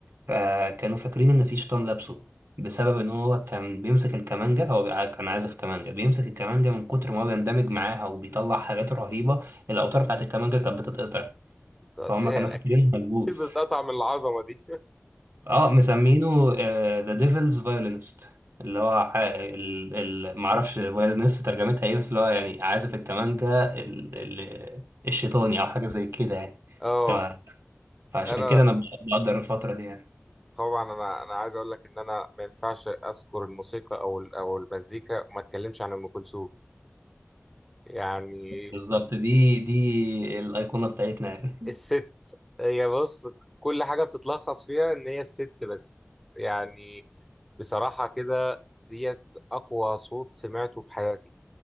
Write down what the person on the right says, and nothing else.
فكانوا فاكرين إن في شيطان لابسه بسبب إن هو كان بيمسك الكمانجة هو بيع- كان عازف كمانجة بيمسك الكمانجة من كتر ما هو بيندمج معاها وبيطلع حاجات رهيبة الأوتار بتاعت الكمانجة كانت بتتقطع
فهم كانوا فاكرينه ملبوس
اه مسمينه ذا ديفلز فايولينست اللي هو ع- ال... ال... معرفش فايولينست ترجمتها ايه بس اللي هو يعني عازف الكمانجا ال... ال... الشيطاني او حاجه زي كده يعني
تمام فعشان
كده انا بقدر الفتره دي يعني
بالظبط دي دي الايقونه بتاعتنا يعني